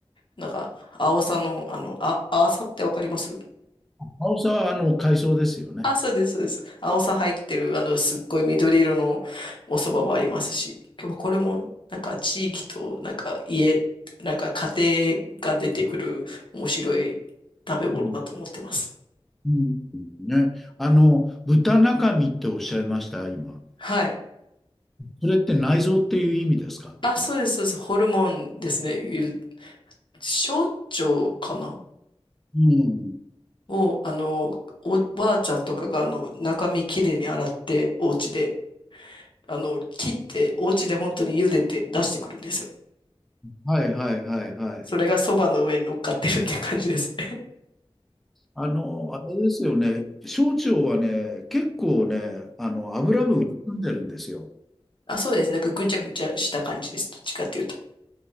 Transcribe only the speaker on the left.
なんか、青さの、あの、あ、あさってわかります
あ、そうです、そうです。青さ入ってる、あの、すっごい緑色のお蕎麦もありますし、今日はこれも、なんか地域と、なんか家、なんか家庭が出てくる面白い食べ物だと思ってます。
はい。
あ、そうです、そうです。ホルモンですね。ゆ小腸かな
を、あの、おばあちゃんとかが、あの、中身きれいに洗って、お家で、あの、切って、お家で本当に茹でて出してくるんですよ。
それが蕎麦の上に乗っかってるって感じですね。
あ、そうですね。なんかぐちゃぐちゃした感じです。どっちかっていうと。